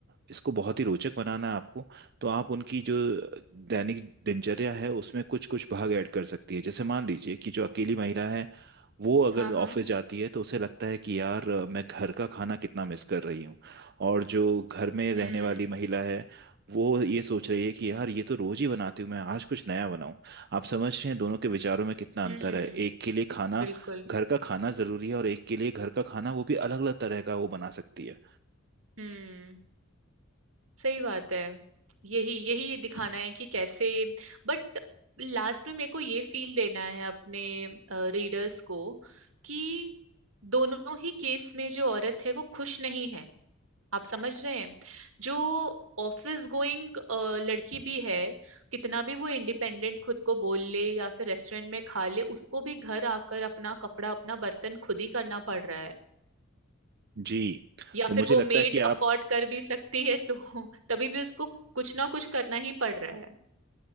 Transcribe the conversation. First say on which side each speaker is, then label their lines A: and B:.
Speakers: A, on the right; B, on the right.
A: इसको बहुत ही रोचक बनाना है आपको तो आप उनकी जो दैनिक दिनचर्या है उसमें कुछ कुछ भाग ऐड कर सकती है जैसे मान लीजिए कि जो अकेली महिला है वो अगर
B: हाँ हाँ
A: ऑफिस जाती है तो उसे लगता है कि यार अ, मैं घर का खाना कितना मिस कर रही हूँ और जो घर में रहने
B: हम्म
A: वाली महिला है वो ये सोच रही है कि यार ये तो रोज ही बनाती हूँ मैं आज कुछ नया बनाऊं आप समझ रहे हैं दोनों के विचारों में कितना अंतर
B: हम्म
A: है एक के लिए खाना
B: बिल्कुल
A: घर का खाना जरूरी है और एक के लिए घर का खाना वो भी अलग अलग तरह का वो बना सकती है
B: हम्म सही बात है यही यही दिखाना है कि कैसे बट लास्ट में मेरे को ये फील देना है अपने रीडर्स को कि दोनों ही केस में जो औरत है वो खुश नहीं है आप समझ रहे हैं जो ऑफिस गोइंग लड़की भी है कितना भी वो इंडिपेंडेंट खुद को बोल ले या फिर रेस्टोरेंट में खा ले उसको भी घर आकर अपना कपड़ा अपना बर्तन खुद ही करना पड़ रहा है
A: जी
B: या
A: तो मुझे
B: फिर वो
A: लगता
B: मेड
A: है कि
B: अफोर्ड
A: आप
B: कर भी सकती है तो <laughs> तभी भी उसको कुछ ना कुछ करना ही पड़ रहा है